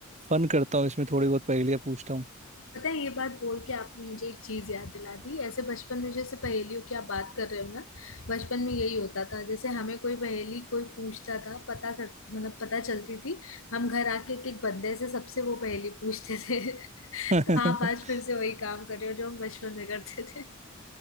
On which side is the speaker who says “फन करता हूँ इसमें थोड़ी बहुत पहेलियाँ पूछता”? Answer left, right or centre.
Right